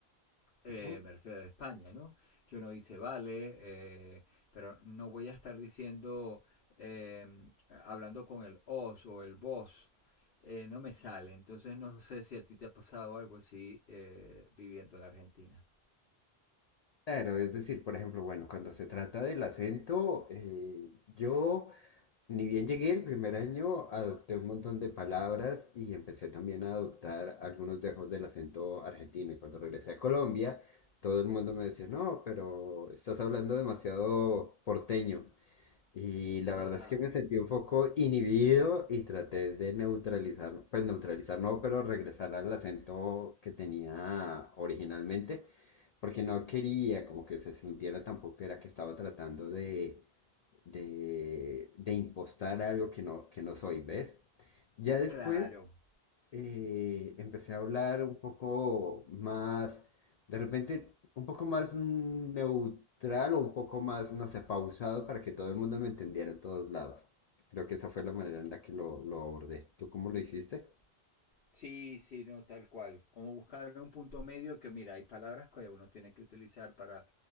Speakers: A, on the left (about 75°); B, on the left (about 55°).
A: eh,
B: Ujú.
A: me refiero a España, ¿no? Que uno dice, vale, eh, pero no voy a estar diciendo, eh, hablando con el os o el vos, eh, no me sale. Entonces no sé si a ti te ha pasado algo así eh, viviendo en Argentina.
B: Claro, es decir, por ejemplo, bueno, cuando se trata del acento, eh, yo ni bien llegué el primer año, adopté un montón de palabras y empecé también a adoptar algunos dejos del acento argentino. Y cuando regresé a Colombia, todo el mundo me decía, no, pero estás hablando demasiado porteño. Y la
A: Ajá.
B: verdad es que me sentí un poco inhibido y traté de neutralizar, pues neutralizar no, pero regresar al acento que tenía originalmente, porque no quería como que se sintiera tampoco que era que estaba tratando de, de, de impostar algo que no, que no soy, ¿ves? Ya después
A: Claro.
B: eh, empecé a hablar un poco más, de repente un poco más neutral o un poco más, no sé, pausado para que todo el mundo me entendiera en todos lados. Creo que esa fue la manera en la que lo, lo abordé. ¿Tú cómo lo hiciste?
A: Sí, sí, no, tal cual. Como buscar un punto medio que, mira, hay palabras que uno tiene que utilizar para